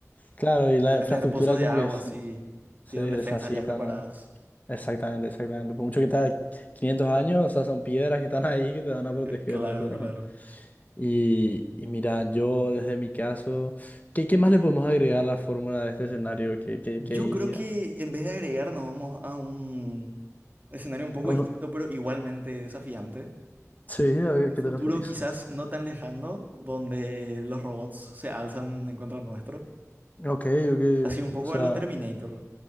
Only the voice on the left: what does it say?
Claro, y la
infraestructura
como
que se,
se
desasía
esta
Exactamente, exactamente. Por mucho que está 500 años, o sea, son piedras que están ahí que te van
a proteger,
o sea.
Ajá. Y, y mira, yo desde mi caso, ¿qué, qué más le podemos agregar a la fórmula de este escenario? ¿Qué, qué,
qué dirías?
A
uno-
Sí, ¿a
qué
te referís?
Ok, ok.
O sea,